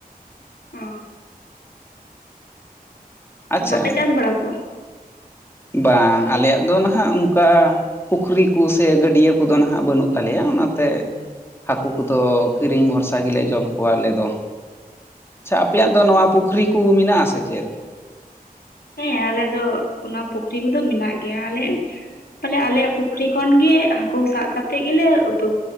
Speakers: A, on the left (about 85°); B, on the left (about 15°).
A: ᱚᱻ
B: ᱟᱪᱪᱷᱟ
A: ᱵᱟᱯᱮ ᱪᱟᱥ ᱵᱟᱲᱟ ᱠᱚᱣᱟ?
B: ᱵᱟᱝ ᱟᱞᱮᱭᱟᱜ ᱫᱚ ᱱᱟᱦᱟᱜ ᱚᱱᱠᱟ ᱯᱩᱠᱷᱨᱤ ᱠᱚ ᱥᱮ ᱜᱟᱹᱰᱤᱭᱟᱹ ᱠᱚ ᱫᱚ ᱱᱟᱦᱟᱜ ᱵᱟᱹᱱᱩᱜ ᱛᱟᱞᱮᱭᱟ, ᱚᱱᱟ ᱛᱮ ᱦᱟᱹᱠᱩ ᱠᱚ ᱫᱚ ᱠᱤᱨᱤᱧ ᱵᱷᱚᱨᱥᱟ ᱜᱮᱞᱮ ᱡᱚᱢ ᱠᱚᱣᱟ ᱟᱞᱮ ᱫᱚ᱾ ᱟᱪᱪᱷᱟ, ᱟᱯᱮᱭᱟᱜ ᱫᱚ ᱱᱚᱣᱟ ᱯᱩᱠᱷᱨᱤ ᱠᱚ ᱢᱮᱱᱟᱜᱼᱟ ᱥᱮ ᱪᱮᱫ?
A: ᱦᱮᱸ ᱟᱞᱮ ᱫᱚ ᱚᱱᱟ ᱯᱩᱠᱷᱨᱤ ᱠᱚ ᱫᱚ ᱢᱮᱱᱟᱜ ᱜᱮᱭᱟ, ᱟᱞᱮ ᱵᱚᱞᱮ ᱟᱞᱮᱭᱟᱜ ᱯᱩᱠᱷᱨᱤ ᱠᱷᱚᱱ ᱜᱮ ᱦᱟᱹᱠᱩ ᱥᱟᱵ ᱠᱟᱛᱮᱜ ᱜᱮ ᱞᱮ ᱩᱛᱩ